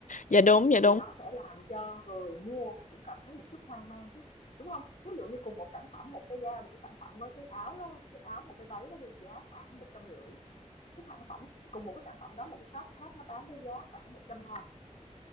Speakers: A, on the left; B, on the left.
A: dạ đúng, dạ đúng.
B: Thì nó sẽ làm cho người mua cũng cảm thấy một chút hoang mang chứ, đúng không? Thí dụ như cùng một sản phẩm, một cái da một cái sản phẩm với cái áo đó, cái áo một cái váy đó đi giá khoảng một trăm rưỡi cái sản phẩm cùng một cái sản phẩm đó một cái shop khác nó bán với giá khoảng một trăm ba